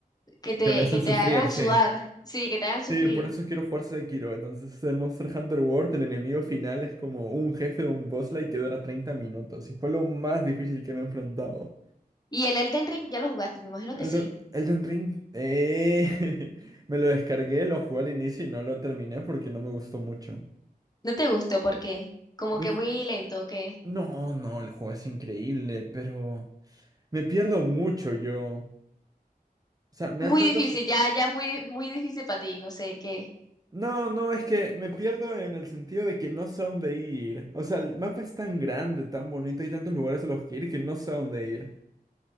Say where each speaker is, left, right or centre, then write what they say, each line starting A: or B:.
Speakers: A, on the left; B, on the right.
A: que te,
B: Que me hacen
A: que
B: sufrir,
A: te hagan
B: sí.
A: sudar. Sí, que te hagan sufrir.
B: Sí, por eso quiero jugar Sekiro. Entonces, el Monster Hunter World, el enemigo final es como un jefe de un boss like que dura 30 minutos. Y fue lo más difícil que me he enfrentado.
A: Y el Elden Ring ya lo jugaste, me imagino que
B: Elden,
A: sí.
B: Elden Ring, eh, <laughs> me lo descargué, lo jugué al inicio y no lo terminé porque no me gustó mucho.
A: No te gustó porque como
B: Lo
A: que muy
B: que-
A: lento, que
B: No, no, el juego es increíble, pero me pierdo mucho yo. O sea, me
A: muy
B: dan tantas
A: difícil, ya, ya muy, di- muy difícil para ti, no sé qué.
B: No, no, es que me pierdo en el sentido de que no sé a dónde ir. O sea, el mapa es tan grande, tan bonito, hay tantos lugares a los que ir que no sé a dónde ir.